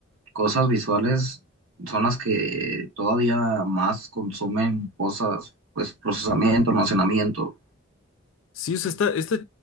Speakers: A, on the right; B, on the left.
A: cosas visuales son las que todavía más consumen cosas, pues procesamiento, almacenamiento.
B: Sí, o sea, esta, esta-